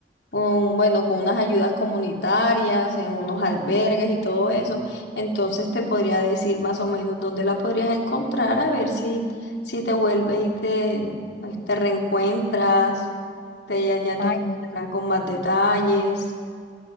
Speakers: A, on the left (about 70°); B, on the left (about 55°).
A: con, bueno, con unas ayudas comunitarias, en unos albergues y todo eso. Entonces te podría decir más o menos dónde la podrías encontrar, a ver si, si te vuelves y te, pues, te reencuentras, te, ella ya te
B: ay
A: contará
B: no, sí,
A: con más detalles.